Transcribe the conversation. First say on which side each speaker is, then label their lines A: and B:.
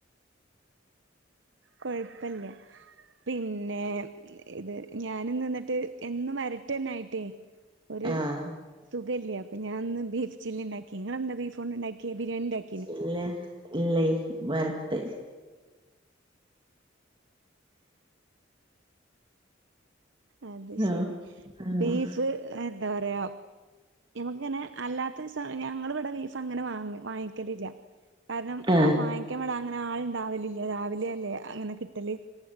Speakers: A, on the right (about 65°); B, on the right (about 25°).
A: കൊയപ്പല്ല പിന്നെ ഇത് ഞാന് ഇന്ന് ന്നിട്ട് എന്നും വരട്ടന്നായിട്ടേ ഒരു
B: ആഹ്
A: സുഖല്ല്യ അപ്പൊ ഞാനിന്ന് ബീഫ് ചില്ലി ഇണ്ടാക്കി നിങ്ങെന്താ ബീഫോണ്ട് ഇണ്ടാക്കിയെ ബിരിയാണി ഇണ്ടാക്കി
B: ഇല്ല ഇല്ലയ് വരട്ട്
A: അത് ശരി
B: ആഹ് ആഹ്
A: ബീഫ് എന്താ പറയാ ഞമക്കിങ്ങനെ അല്ലാത്ത ദിസ ഞങ്ങൾ ഇവിടെ ബീഫ് അങ്ങനെ വാ വാങ്ങിക്കലില്ല കാരണം
B: ആഹ്
A: വാങ്ങിക്കാന് വടെ അങ്ങനെ ആള്ണ്ടാവലില്ല രാവിലെ അല്ലേ അങ്ങനെ കിട്ടല്